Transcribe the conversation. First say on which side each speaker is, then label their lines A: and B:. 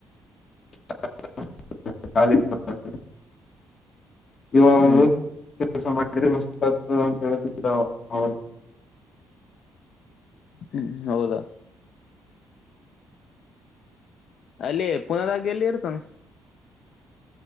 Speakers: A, on the left (about 45°); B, on the left (about 65°).
A: <unintelligible> ಖಾಲಿ <unintelligible> <unintelligible>
B: ಹ್ಮ್ ಹ್ಮ್ ಹೌದಾ ಅಲ್ಲಿ ಪುನದಾಗ ಎಲ್ಲಿ ಇರ್ತಾನ